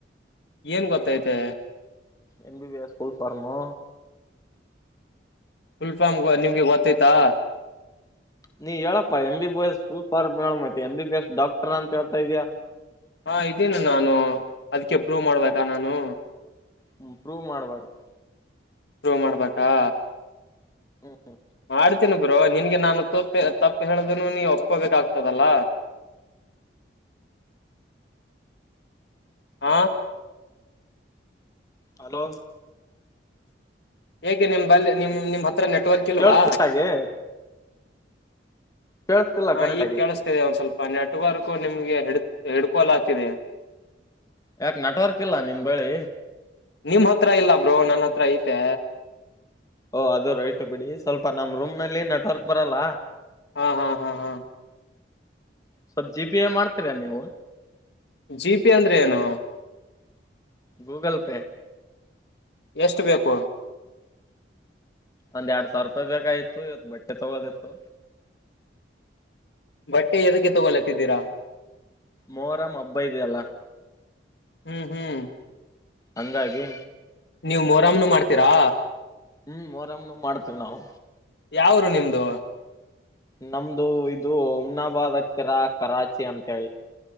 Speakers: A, on the left (about 65°); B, on the left (about 20°).
A: ಏನ್ ಗೊತ್ತೈತೆ.
B: ಎಂಬಿಬಿಎಸ್ ಸ್ಫೂಲ್ಫಾರಮು.
A: ಫುಲ್ಫಾಮ್ ನಿಮ್ಗೆ ಗೊತ್ತೈ್ತಾ.
B: ನೀ ಹೇಳಪ್ಪಾ M B S full form ಹೇಳ ಮೈ ಎಂಬ ಬಿ ಎಸ್ ಡಾಕ್ಟರ್ ಅಂತ ಹೇಳ್ತಾ ಇದ್ಯಾಾ.
A: ಹಾ ಇದೀನ ನಾನು ಅದ್ಕ್ಕೆ ಪ್ರೂವ್ ಮಾಡ್ಬೇಕಾ ನಾನು.
B: ಹ್ಮ ಪ್ರೂವ್ ಮಾಡ್ಬೇಕು.
A: ಶುರು ಮಾಡ್ಬೇಕಾ.
B: ಹ್ಮ.
A: ಮಾಡಡ್ತೀನಿ ಬ್ರೋ ನಿಿನಗೆ ನಾನು ತಪ್ಪ ತಪ್ಪು ಹೇಳಿದ ನೀ ಒಪ್ಕೋಬೇಕಾಗ್ತದಲ್ಲ ಹ.
B: ಹಲೋ.
A: ಹೇಗೆೆ ನಿಮ್ ಬ ನಿಮ ನಿಮ್ ಹತ್ತ. ನೆಟ್ವರ್ಕ್ ಇಲ್ವಾ.
B: ಕೇಳಸ್ತಿಟ್ಟಾಗಿ ಕೇಳಸ್ತಿಲ್ಲ
A: ಹಾ
B: ಕರೆಕ್ಟ್
A: ಈಗ
B: ಆಗಿ
A: ಕೇಳಿಸ್ತೇನೆ ಒಂದ್ ಸ್ವಲ್ಪ. ಪ ನಟವರ್ಗೂ ನಿಮ್ಗೆ ಹಿಡ್ ಹಿಡ್ಕೊಲ ಆತಿದೆ.
B: ಯಾಕ ನೆಟ್ವರ್ಕ್ ಇಲ್ಲ ನಿನ್ ಬೆಳಿ.
A: ನಿಮ್ ಹತ್ರ ಇಲ್ಲ ಬ್ರೋ ನನ್ನ ಹತ್ರ ಐತೆ.
B: ಓ ಅದು ರೈಟ್ ಬಿಡಿ ಸ್ವಲ್ಪ ನಮ್ ರೂಮ್ ನಲ್ಲಿ ನೆಟ್ವರ್ಕ್ ಬರಲ್ಲ.
A: ಹಾ ಹಾ ಹಾ ಹಾ.
B: ಸಬ್ಜಿ ಬಿಯ ಮಾಡ್ತೀರಾ ನೀವು.
A: ಜಿ ಪಿ ಅಂದ್ರೆ ಏನು
B: ಗೂಗಲ್ ಪೇ
A: ಎಷ್ಟು ಬೇಕು
B: ಒಂದ್ ಎರಡ್ ಸಾವಿರ ರೂಪಾಯಿ ಬೇಕಾಗಿತ್ತು ಇವತ್ತು ಬಟ್ಟೆ ತಗೋದಿತ್ತು
A: ಬಟ್ಟೆ ಎದೀಕ್ಕೆ ತಗೊಲತ್ತಿದ್ದೀರಾ
B: ಮೋರಂ ಹಬ್ಬ ಇದೆ ಅಲ್ಲ
A: ಹ್ಮ್ ಹ್ಮ್
B: ಹಂಗಾಗಿ
A: ನೀವ್ ಮೊರಾಮನು ಮಾಡ್ತೀರಾ
B: ಹ್ಮ್ ಮೋರಮ್ನು ಮಾಡ್ತೀವಿ ನಾವು
A: ಯಾವುರು ನಿಮ್ದು
B: ನಮ್ದು ಇದು ಉಮ್ನಾಬಾದ್ ಹತ್ತಿರ ಕರಾಚಿ ಅಂತೇಳಿ